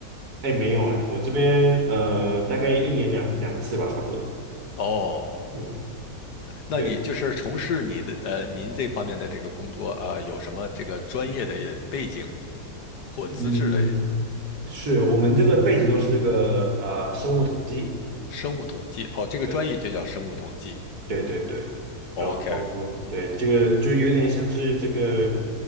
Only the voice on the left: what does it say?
哦，
那你就是从事你的呃您这方面的这个工作啊，
呃有什么这个专业的背景或资质的
生物统计？哦，这个专业就叫生物统计。
OK，